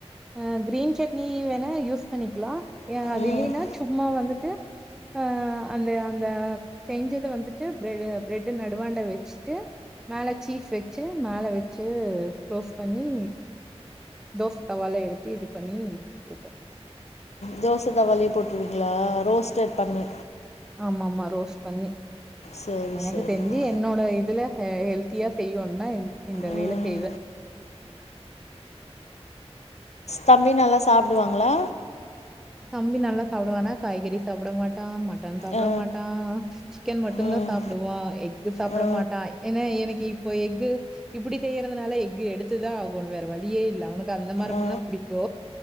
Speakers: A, in the centre; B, on the left.
A: அ கிரீன் சட்னி வேணா யூஸ் பண்ணிக்கலா அது
B: ம்
A: இல்லன்னா சும்மா வந்துட்டு ஆ அந்த அந்த செஞ்சத வந்துட்டு பிர பிரெட்டு நடுவாண்ட வச்சுட்டு மேலே சீஸ் வச்சு மேலே வச்சு க்ளோஸ் பண்ணி தோச தவால எடுத்து இது பண்ணிப்ப
B: தோசை தவாலயே போட்டுருவீங்களா ரோஸ்டட் பண்ணு
A: ஆமா ஆமா ரோஸ் பண்ணி
B: சரி
A: எனக்கு
B: சரிப்பா
A: தெரிஞ்சு என்னோட இதுல ஹெல்த் த்தியா செய்வோம்னா இந் இந்த
B: ம்
A: வேல செய்வே
B: தம்பி நல்லா சாப்பிடுவாங்களா
A: தம்பி நல்லா சாப்படுவானா காய்கறி சாப்பிட மாட் டா மட்டன் சாப்ட
B: ஆ
A: மாட்டா சிக்கன் மட்டுந்தா
B: ம்
A: சாப்டுவா எக் இங்க சாப்பிட
B: ஆ
A: மாட்டான் ஏன்னா எனக்கு இப்போ எக்கு இப்டி செய்றதுனால எக்கு எடுத்துதா ஆகணு வேற வழியே இல்லை அவனுக்கு அந்த மாரினா
B: ஆ
A: பிடிக்கு